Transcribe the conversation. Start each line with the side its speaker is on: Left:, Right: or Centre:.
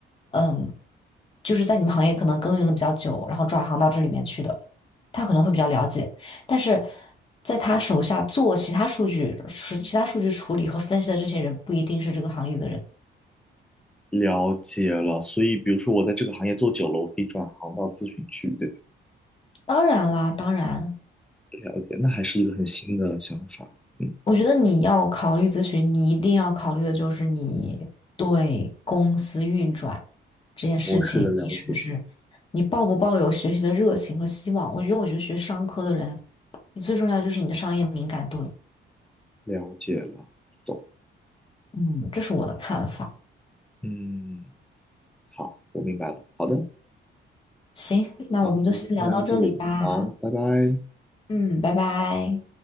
Left: 嗯，就是在你们行业可能耕耘了比较久，然后转行到这里面去的，他可能会比较了解，但是在他手下做其他数据、是其他数据处理和分析的这些人，不一定是这个行业的人。
Centre: 了解了，所以比如说我在这个行业做久了，我可以转行到咨询去，对吧？
Left: 当然啦，当然。
Centre: 了解，那还是一个很新的想法，嗯，
Left: 我觉得你要考虑咨询，你一定要考虑的就是你对公司运转这件事情，
Centre: 模式的了解，
Left: 你是不是你抱不抱有学习的热情和希望？我觉得，我觉得学商科的人，你最重要就是你的商业敏感度。
Centre: 了解了，懂，
Left: 嗯，这是我的看法。
Centre: 嗯，好，我明白了，好的，
Left: 行，那我们就先聊到这里吧。
Centre: 好，我们今天就聊到这里，好，拜拜。
Left: 嗯，拜拜。